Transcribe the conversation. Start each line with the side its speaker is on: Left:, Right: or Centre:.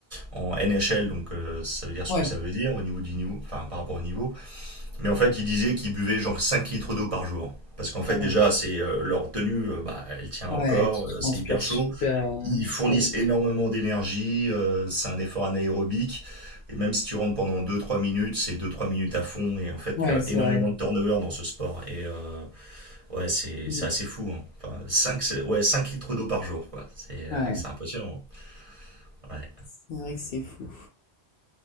Right: en, en NHL, donc euh, ça veut dire ce
Left: Ouais.
Right: que ça veut dire au niveau du niveau, enfin par rapport au niveau. Mais en fait, ils disaient qu'ils buvaient genre 5 litres d'eau par jour. Parce qu'en fait,
Left: Ouais.
Right: déjà, c'est euh, leur tenue, euh, bah, elle tient
Left: Ouais,
Right: au corps,
Left: Tu
Right: euh,
Left: transpires
Right: c'est hyper
Left: super,
Right: chaud. Ils fournissent
Left: super.
Right: énormément d'énergie, euh, c'est un effort anaérobique. Et même si tu rentres pendant deux-trois minutes, c'est deux-trois minutes à fond. Et en fait,
Left: Ouais,
Right: tu as
Left: c'est
Right: énormément
Left: vrai.
Right: de turnover dans ce sport. Et euh, ouais, c'est
Left: Mm.
Right: c'est assez fou. hein. Enfin, 5 ouais, 5 litres d'eau par jour, quoi. C'est euh,
Left: Ouais,
Right: c'est impressionnant. Ouais.
Left: c'est vrai que c'est fou.